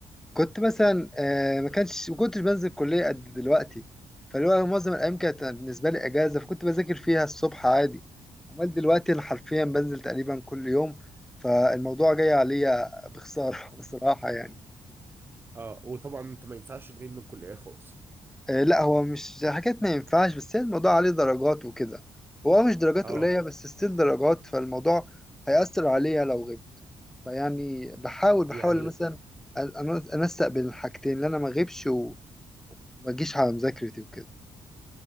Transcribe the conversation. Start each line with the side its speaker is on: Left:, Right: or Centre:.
Centre: كنت مثلا آه، ما كانش ما كنتش بنزل الكلية قد دلوقتي فاللي هو معظم الأيام كانت بالنسبة لي إجازة فكنت بذاكر فيها الصبح عادي أمال دلوقتي أنا حرفيا بنزل تقريبا كل يوم فالموضوع جاي عليا بخسارة <laughs> بصراحة يعني
Right: اه وطبعا انت ما ينفعش تغيب من الكلية خالص
Centre: آه، لا هو مش حاجات ما ينفعش بس هي الموضوع عليه درجات وكده هو مش درجات
Right: اه
Centre: قليلة بس ستيل درجات فالموضوع هيأثر عليا لو غبت فيعني بحاول بحاول
Right: يعني
Centre: مثلا أن- أن- أنسق بين الحاجتين إن أنا ما أغيبش وما أجيش على مذاكرتي وكده